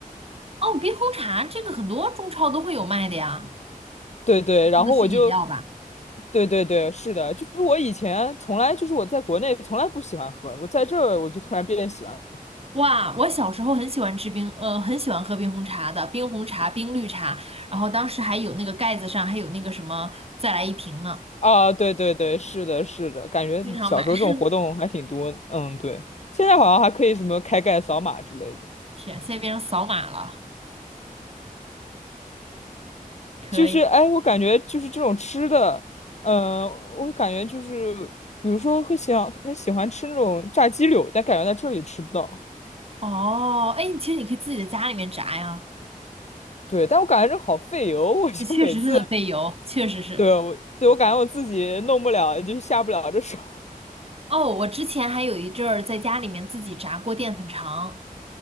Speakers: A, on the right; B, on the left.
A: 哦，冰红茶这个很多中超都会有卖的呀，
B: 对对，然后我就，
A: 那个是饮料吧？
B: 对对对，是的，就是我以前从来就是我在国内从来不喜欢喝，我在这儿我就突然变喜欢了
A: 哇，我小时候很喜欢吃冰，呃，很喜欢喝冰红茶的，冰红茶、冰绿茶，然后当时还有那个盖子上还有那个什么再来一瓶呢，
B: 啊，对对对，是的，是的，感觉小时候这种活动还挺多，
A: 经常买。<laughs>
B: 嗯，对，现在好像还可以什么开盖扫码之类的，
A: 天，现在变成扫码了，可以。
B: 就是哎，我感觉就是这种吃的，嗯、我感觉就是比如说会想很喜欢吃那种炸鸡柳，但感觉在这里吃不到，
A: 哦，哎，其实你可以自己在家里面炸呀。
B: 对，但我感觉这好费油，我就每次。
A: 这确实是很费油，确实是。
B: 对。对，我感觉我自己弄不了，就是下不了这手。
A: 哦，我之前还有一阵儿在家里面自己炸过淀粉肠，